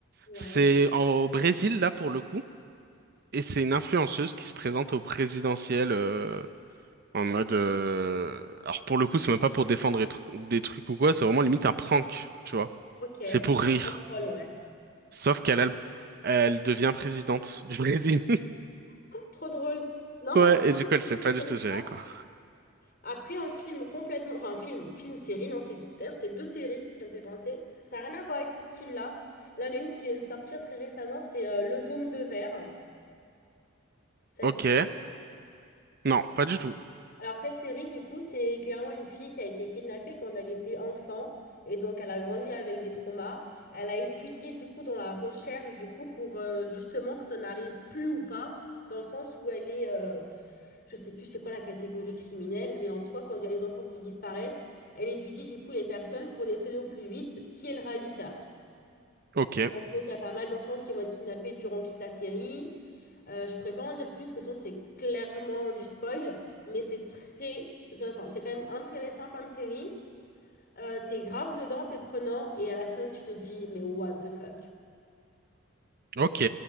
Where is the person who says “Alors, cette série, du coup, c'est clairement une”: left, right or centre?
Left